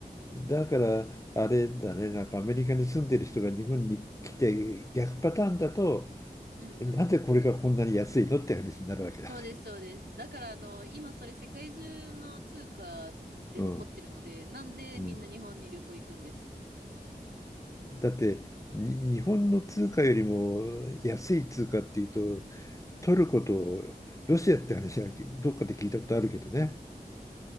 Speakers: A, on the left; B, on the right.
A: ん。だから、あれだね、なんかアメリカに住んでる人が日本に来て逆パターンだと、
B: うんうん。
A: えなんでこれがこんなに安いのって話になるわけだ。
B: そうですそうです。だからあの、今それ世界中の通貨で起こってるので、
A: うん。
B: なんでみんな日本に旅行行くんです。
A: うん、だってに日本の通貨よりも安い通貨っていうとトルコとロシアって話はどっかで聞いたことあるけどね。